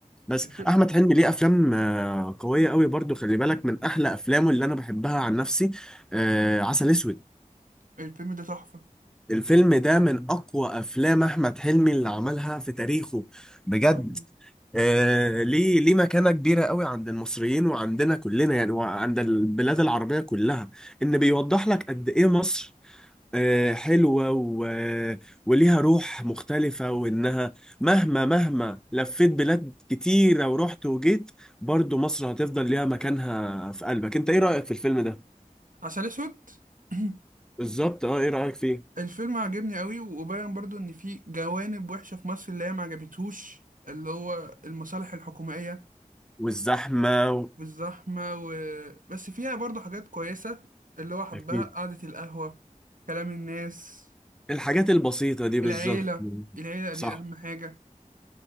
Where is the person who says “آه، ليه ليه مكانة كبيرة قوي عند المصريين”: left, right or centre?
Centre